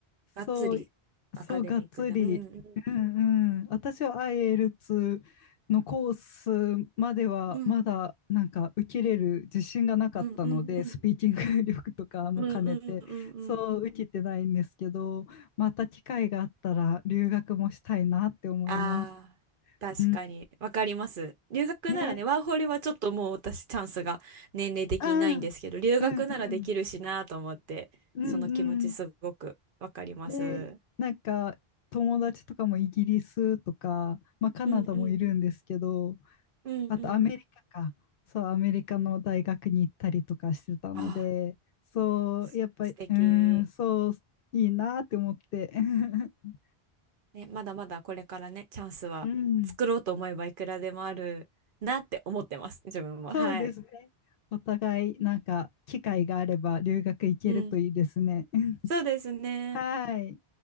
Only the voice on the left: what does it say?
そう、
そう、がっつり。
うんうん。私は i l 2のコースまではまだなんか受けれる自信がなかったので、
スピーキング力とかも兼ねて、
そう、受けてないんですけど、また機会があったら留学もしたいなって思います。
うん。
ね。
ああ、
うんうん。うんうん。
で、なんか友達とかもイギリスとか、まあ、カナダもいるんですけど、
あとアメリカか。そう、アメリカの大学に行ったりとかしてたので、
そう、
やっぱり、うん、そう、いいなって思って。<laughs>
うん、
そうですね。
お互い、なんか、機会があれば留学行けるといいですね。
<laughs>
はい。